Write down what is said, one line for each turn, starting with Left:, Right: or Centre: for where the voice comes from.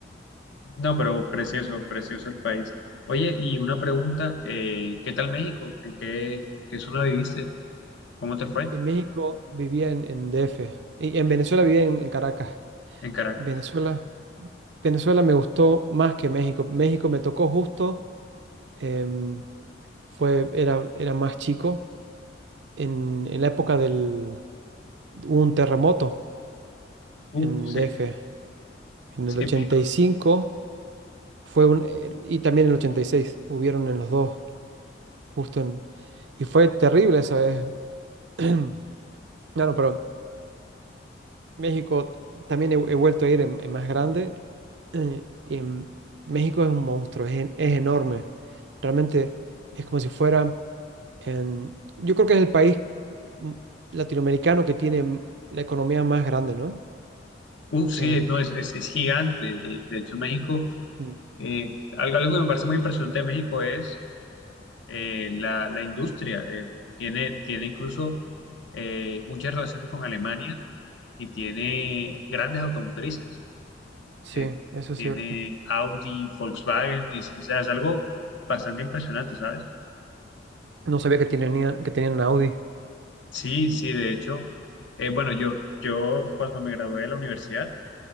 Left: No, pero precioso, precioso el país. Oye, y una pregunta, eh, ¿qué tal México? ¿En qué, qué zona viviste? ¿Cómo te fue?
Right: En México vivía en, en DF y en Venezuela vivía en, en Caracas.
Left: En Caracas.
Right: Venezuela, Venezuela me gustó más que México. México me tocó justo. em, fue, era, era más chico, en, en la época del, hubo un terremoto
Left: Uf,
Right: en
Left: sí,
Right: DF, en
Left: sí,
Right: el ochenta
Left: en México.
Right: y cinco fue un, eh, y también en el 86 hubieron en los dos, justo en, y fue terrible eso, es, <clears throat> no, no, pero México, también he, he vuelto a ir en, en más grande, eh, y en- México es un monstruo, es, en- es enorme, realmente es como si fuera... En- yo creo que es el país mm, latinoamericano que tiene m- la economía más grande, ¿no?
Left: Uf, sí,
Right: Eh,
Left: no, es, es, es gigante. Eh, De hecho, México,
Right: Mm.
Left: eh, algo, algo que me parece muy impresionante de México es eh, la, la industria. eh, tiene, tiene incluso eh, muchas relaciones con Alemania y tiene grandes automotrices.
Right: sí,
Left: eh,
Right: eso es
Left: tiene
Right: cierto.
Left: Audi, Volkswagen, y es, o sea, es algo bastante impresionante, ¿sabes?
Right: No sabía que tenían, que tenían Audi.
Left: Sí, sí, de hecho, eh, bueno, yo, yo cuando me gradué de la universidad